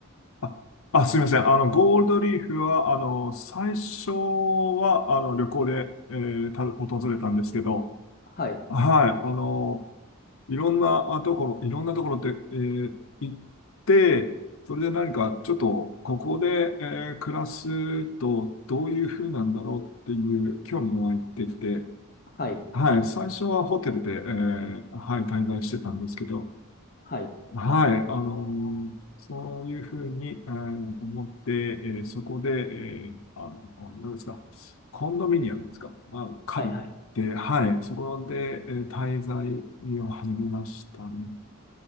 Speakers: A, on the left; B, on the left.
A: あ、あすみません。あの、ゴールドリーフは、あの、最初は、あの、旅行で、えーた、訪れたんですけど、
B: はい。
A: はい、あの、いろんなあところ、いろんなところって、えー行って、それで何か、ちょっと、ここで、えー暮らすと、どういう風なんだろうっていう興味が湧いてきて、
B: はい、
A: はい、最初はホテルで、えーはい、滞在してたんですけど、
B: はい、
A: はい、あのーそういうふうに、えー思って、えーそこで、えーあの、何ですか、コンドミニアムですか、まあ、借りて、
B: はい、はい。
A: はい、そこで、えー滞在を始めましたね。